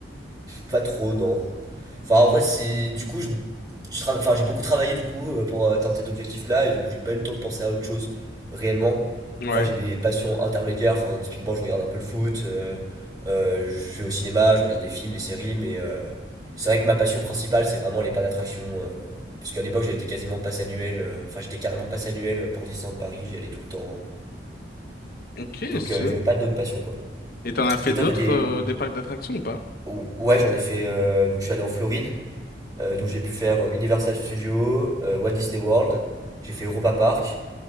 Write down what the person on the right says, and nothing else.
Pas trop, non. Enfin, en vrai, c'est du coup, je, je trava- enfin, j'ai beaucoup travaillé du coup euh, pour atteindre cet objectif-là, et du coup, j'ai pas eu le temps de penser à autre chose réellement.
Après, j'ai des passions intermédiaires. Enfin, typiquement, je regarde un peu le foot, euh, euh, je vais au cinéma, je regarde des films, des séries, mais euh, c'est vrai que ma passion principale, c'est vraiment les parcs d'attractions. euh, parce qu'à l'époque, j'avais été quasiment passe annuel. euh, Enfin, j'étais carrément passe annuel euh, pour Disneyland Paris. J'y allais tout le temps.
Donc,
euh, j'avais pas d'autres passions quoi.
Et
toi, t'as des
Ou- Ouais, j'en ai fait. euh, donc, je suis allé en Floride. Euh, donc j'ai pu faire euh, Universal Studios, euh, Walt Disney World, j'ai fait Europa Park